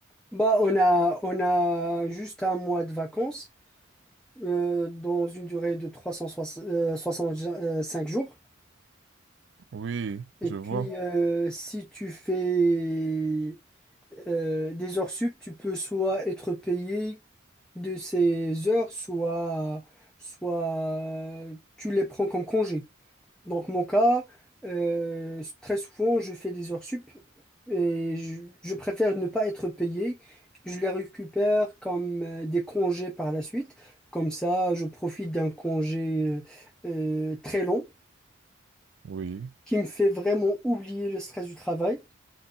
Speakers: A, in the centre; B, on the right.
A: Bah, on a, on a juste un mois de vacances euh, dans une durée de 365 jours.
B: Oui,
A: Et
B: je
A: puis,
B: vois.
A: euh, si tu fais euh, des heures sup, tu peux soit être payé de ces heures, soit, soit tu les prends comme congé. Donc mon cas, euh, très souvent, je fais des heures sup et je, je préfère ne pas être payé. Je les récupère comme euh, des congés par la suite. Comme ça, je profite d'un congé euh, euh, très long
B: Oui.
A: qui me fait vraiment oublier le stress du travail